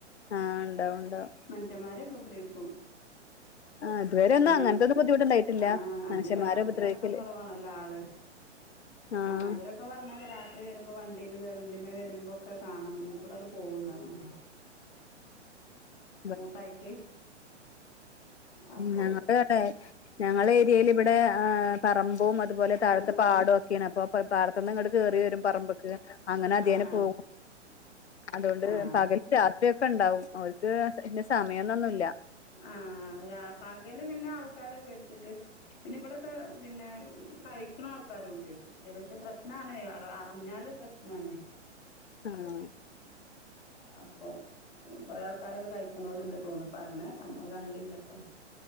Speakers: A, on the left (about 65°); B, on the left (about 50°).
A: ആഹ് ണ്ടാവും ണ്ടാവും.
B: മനുഷ്യമ്മാരെ ഉപദ്രവിക്കും.
A: ആഹ് ഇതുവരെ ഒന്നും
B: അന്നേ
A: അങ്ങനത്തൊന്നും ബുദ്ധിമുട്ടുണ്ടായിട്ടില്ല
B: അഹ് ആഹ് അതിന്
A: മനുഷ്യന്മാരെ
B: രാത്രി
A: ഉപദ്രവിക്കല്
B: ഇറക്കം കുറവാണല്ലോ ആള്.
A: ആഹ്
B: ആവരൊക്കെ പറഞേക്ക രാ ത്രി വരുമ്പോ വണ്ടിയില് വണ്ടിമേ വരുമ്പോക്കെ കാണാം മുന്നിക്കൂടെട് പോവുംന്നർഞ്
A: ഉം
B: കൂട്ടായിട്ട്. അപ്പോ
A: ഞങ്ങടെവ്ടേ ഞങ്ങള ഏരിയേല് ഇവിടെ ഏഹ് പറമ്പും അതുപോലെ താഴത്ത പാടവും ഒക്കെണ് അപ്പൊ. പ്പ പാടത്തുന്ന് ഇങ്ങട്ട് കേറി വരും പറമ്പ്ക്ക് അങ്ങനെ അധേന
B: ആ ആ
A: പോഉ അതോണ്ട്
B: ആ
A: പകലും രാത്രിയൊക്ക ഇണ്ടാവും ഓർക്ക് ഇന്റെ സമയൊന്നുന്നില്ല.
B: ആഹ് രാ പകല് പിന്ന ആൾക്കാരെ പേട്ച്ചിട്ട് പിന്ന ഇവടക്കെ. പിന്നെ കഴ്ക്ക്ണ ആൾക്കാരുണ്ട് കിട്ടിയാല് പക്ഷെ പ്രശ്നാണ് അറിഞ്ഞാല് പ്രശ്നാണ്.
A: ആഹ്.
B: അപ്പൊ ഏഹ് കൊറേ ആൾക്കാരൊക കഴ്ക്കേണോല്ണ്ട് തോന്ന്ണു പർഞ്ഞേക നമ്മള് കണ്ടില്ലട്ടൊ.